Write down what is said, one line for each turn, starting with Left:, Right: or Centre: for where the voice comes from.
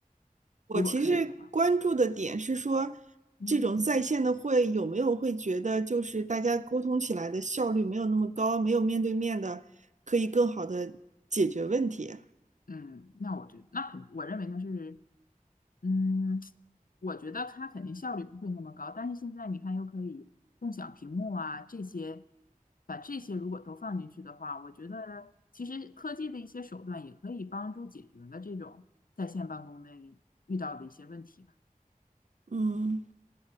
Right: 我其实关注的点是说，
Left: 如果可以的话，嗯。
Right: 这种在线的会有没有会觉得就是大家沟通起来的效率没有那么高，没有面对面的可以更好的解决问题。
Left: 嗯，那我觉得，那肯，我认为呢是，嗯，我觉得它肯定效率不会那么高，但是现在你看又可以共享屏幕啊，这些，把这些如果都放进去的话，我觉得其实科技的一些手段也可以帮助解决了这种在线办公的遇到的一些问题吧。
Right: 嗯。